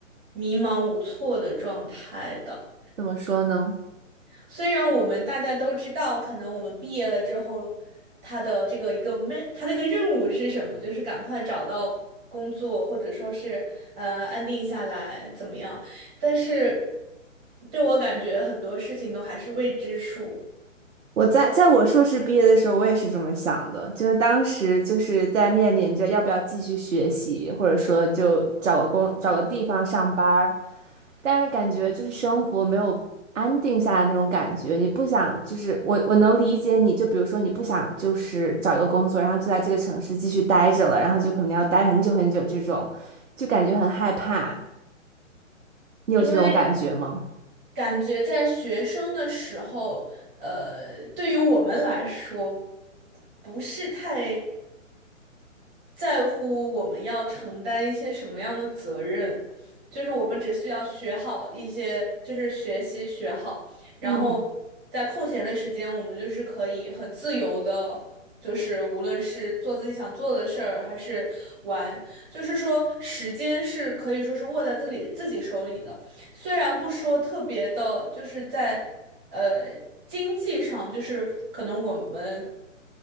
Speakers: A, on the right (about 15°); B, on the right (about 75°).
A: 迷茫无措的状态的。
B: 怎么说呢？
A: 虽然我们大家都知道，可能我们毕业了之后，他的这个一个没，他的一个任务是什么，就是赶快找到工作，或者说是呃安定下来怎么样？但是对我感觉很多事情都还是未知数。
B: 我在在我硕士毕业的时候，我也是这么想的，就是当时就是在面临着要不要继续学习，或者说就找个工找个地方上班儿，但是感觉就是生活没有安定下来那种感觉，你不想就是我我能理解你，就比如说你不想就是找一个工作，然后就在这个城市继续待着了，然后就可能要待很久很久这种，就感觉很害怕。你有这种感觉吗？
A: 因为感觉在学生的时候，呃，对于我们来说，不是太在乎我们要承担一些什么样的责任，就是我们只需要学好一些，就是学习学好，然后在空闲的时间，
B: 嗯
A: 我们就是可以很自由的。就是无论是做自己想做的事儿，还是玩，就是说时间是可以说是握在自己自己手里的。虽然不说特别的，就是在呃经济上，就是可能我们